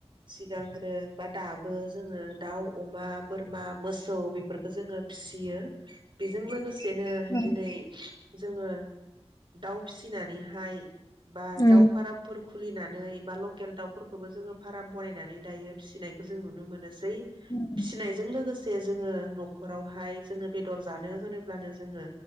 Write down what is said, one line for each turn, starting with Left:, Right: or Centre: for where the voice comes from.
Right: सिगांग्रो बा दाबो जोङो दाउ अमा बोरमा मोसौ बेफोरखौ जोङो फिसियो बेजों लोगोसे नो
Left: उम
Right: दिनै जोङो दाउ फिसिनानै हाय बा
Left: उम
Right: दाउ फारामफोर खुलिनानै बा लकेल दाउफोरखौबो जोङो फाराम बनायनानै दायो फिसिनायखौ जों नुनो मोनो सै
Left: उम
Right: फिसिनायजों लोगोसे जोङो न'खरावहाय जोङो बेदर जानो होनोब्लानो जोङो